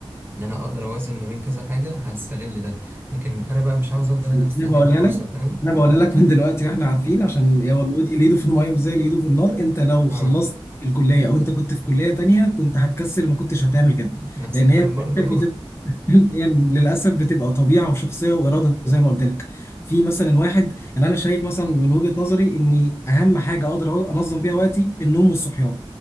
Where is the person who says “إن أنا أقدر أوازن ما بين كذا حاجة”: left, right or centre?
Right